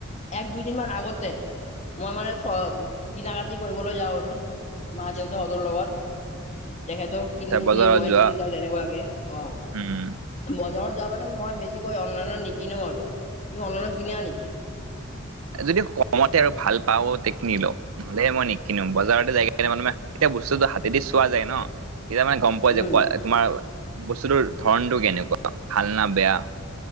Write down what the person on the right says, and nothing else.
বজাৰত
যোৱা
উম
যদি কমতে আৰু ভাল পাও তে কিনি লওঁ নহলে মই নিকিনো বজাৰতে যাই কিনে মানে এতিয়া বস্তুতটো হাতেদি চোৱা যায় ন তেতিয়া মানে গম পোৱা
যে কোৱা তোমাৰ বস্তুটোৰ ধৰণটো কেনেকুৱা ভাল না বেয়া।